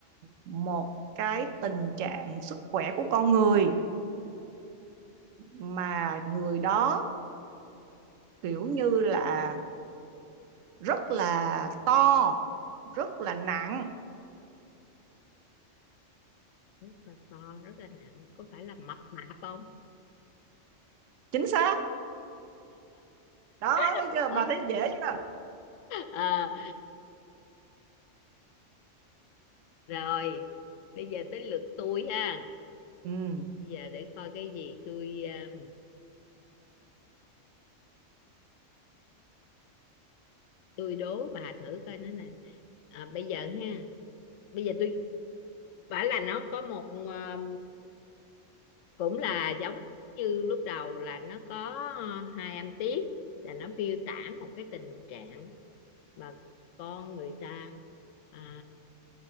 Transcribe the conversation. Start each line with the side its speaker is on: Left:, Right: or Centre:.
Right: một cái tình trạng sức khỏe của con người mà người đó kiểu như là rất là to rất là nặng
Left: rất là to rất là nặng có phải là mập mạp không
Right: chính xác đó
Left: <laughs>
Right: thấy chưa bà
Left: Ủa?
Right: thấy dễ chưa
Left: Ờ. rồi bây giờ tới lượt tôi ha
Right: ừ.
Left: bây giờ để coi cái gì tôi à, tôi đố bà thử coi nó nè à, bây giờ ha bây giờ tôi bảo là nó có một à, cũng là giống như lúc đầu là nó có ờ, hai âm tiết là nó miêu tả một cái tình trạng mà con người ta à,